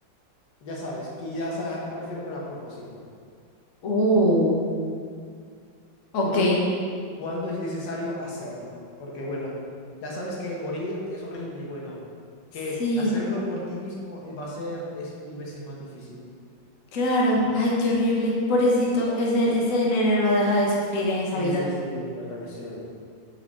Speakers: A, on the left (about 70°); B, on the left (about 50°).
A: Ya sabes, y ya sabes a qué me refiero con a propósito.
B: Uh, ok.
A: ¿Cuándo, cuándo es necesario hacerlo? Porque bueno, ya sabes que morir es horrible y bueno, que
B: Sí,
A: hacerlo por ti mismo eh, va a ser es mil veces más difícil.
B: claro. Ay, qué horrible. Pobrecito, ese, ese nene no deja de sufrir en esa
A: Sí,
B: vida.
A: sí, sí, Bertalesian.